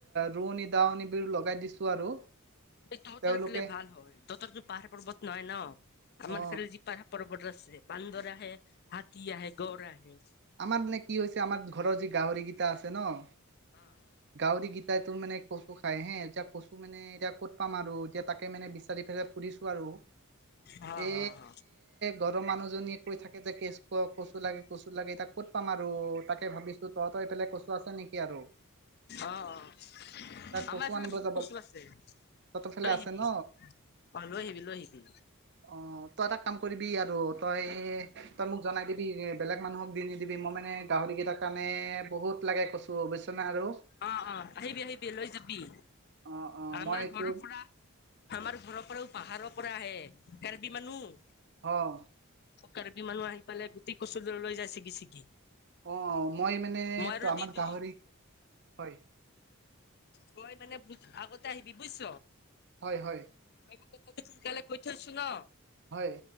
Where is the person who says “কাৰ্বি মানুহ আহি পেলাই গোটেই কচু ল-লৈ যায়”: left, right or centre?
Left